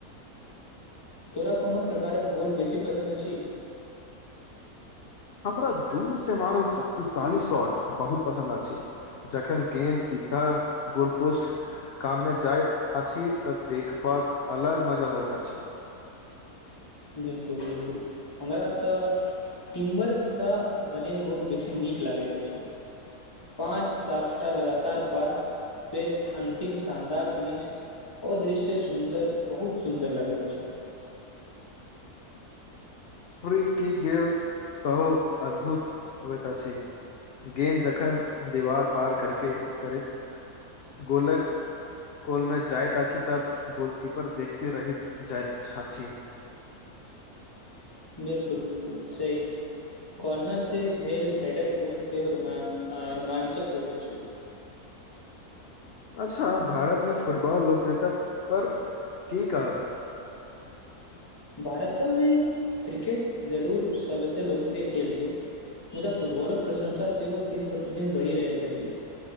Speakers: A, on the left; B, on the left.
A: तोरा कोनो प्रकारक गोल बेसी पसन्द अछि
B: हमरा दूर सँ मारल शक्तिशाली शॉट बहुत पसन्द अछि जखन गेंद सिधा गोल पोस्ट कान मे जाइतअछि तऽ देखबाक अलग मजा होइत अछि
A: बिलकुल बिलकुल हमरा तऽ टीमवर्क सँ बनल गोल बेसी नीक लागैत अछि पाँच सातटा लगातार पास फेर अन्तिम शानदार फीनिश ओ दृश्य सुन्दर बहुत सुन्दर लागैत अछि
B: प्री की गेल सँ अद्भुत होइत अछि गेंद जखन दीवार पार करिके करैत गोलक गोल मे जाइत अछि तँ गोलकीपर देखते रहै जाइत छथि
A: बिलकुल बिलकुल सही कॉर्नर से भेल हैडर गोल सेहो रोमांचक होइत छथि
B: अच्छा भारत मे फुटबॉल लोकप्रियता पर की कहब
A: भारत मे क्रिकेट जरूर सबसँ लोकप्रिय खेल छै मुदा फुटबॉलक प्रशंसा सेहो दिन प्रतिदिन बढ़ि रहल छनि